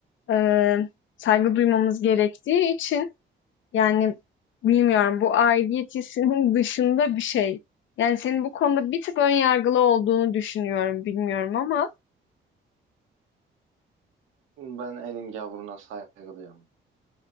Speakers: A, on the left; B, on the right.
A: eee, saygı duymamız gerektiği için Yani bilmiyorum bu aidiyet hissinin <laughs> dışında bir şey. Yani senin bu konuda bir tık ön yargılı olduğunu düşünüyorum bilmiyorum ama
B: Ben elin gavruna saygı duyuyorum.